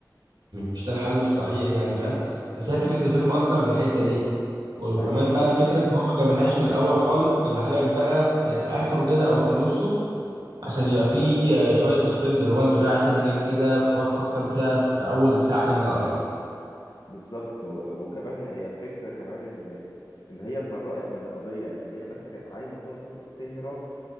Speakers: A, on the right; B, on the left.
A: مش ده الحل الصحيح يعني فاهم بس هي فكرة الفيلم أصلا في الحتة دي وكمان
B: أيوة أيوة
A: بقى الفكرة إن هو ما جابهاش من الأول خالص جابها لك بقى في آخره كده أو في نصه عشان يبقى فيه آه، شوية سسبنس اللي هو أنتوا ليه عايشين هناك كده وتقعد تفكر فيها في أول ساعة كاملة أصلا
B: بالظبط و... وكمان هي فكرة كمان إن إن هي اتبرأت من القضية يعني هي بس كانت عايزة ته- تهرب